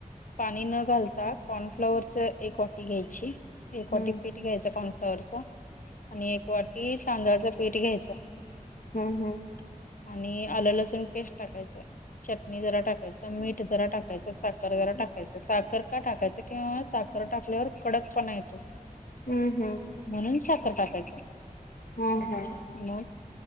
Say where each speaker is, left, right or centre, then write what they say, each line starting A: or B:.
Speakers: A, on the left; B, on the left.
A: पाणी न घालता कॉर्नफ्लॉवर च एक वाटी घ्यायची. एक
B: समजलं
A: वाटी पीठ घ्यायच कॉर्नफ्लॉवरचा आणि एक वाटी तांदळाच पीठ घ्यायच.
B: हम्म हम
A: आणि आलं लसूण पेस्ट टाकायचं. चटणी जरा टाकायच. मीठ जरा टाकायचं. साखर जरा टाकायच. साखर का टाकायच? का साखर टाकल्यावर कडक पणा येतो.
B: हम्म हम्म
A: म्हणून साखर टाकायचं.
B: हा हा.
A: मग